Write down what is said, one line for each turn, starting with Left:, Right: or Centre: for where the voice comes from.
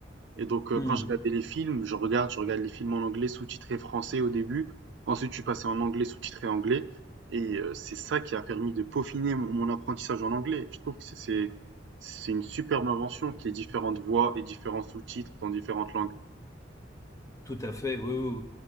Right: Et donc, euh,
Left: Hmm,
Right: quand je regardais les films, je regarde, je regarde les films en anglais sous-titré français au début. Ensuite, je suis passé en anglais sous-titré anglais. Et euh, c'est ça qui a permis de peaufiner mon, mon apprentissage en anglais. Je trouve que c'est c'est- c'est une superbe invention qui est différentes voix et différents sous-titres dans différentes langues.
Left: tout à fait, oui, oui,